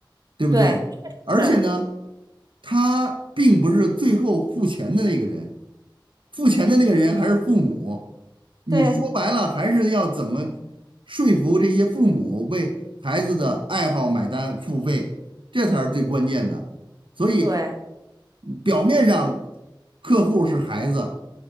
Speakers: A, on the right; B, on the right.
A: 对不对？
B: 对，确实是，
A: 而且呢，他并不是最后付钱的那个人，付钱的那个人还是父母，你说白了还是要怎么说服这些父母为孩子的爱好买单付费，
B: 对
A: 这才是最关键的。所以
B: 对
A: 表面上客户是孩子，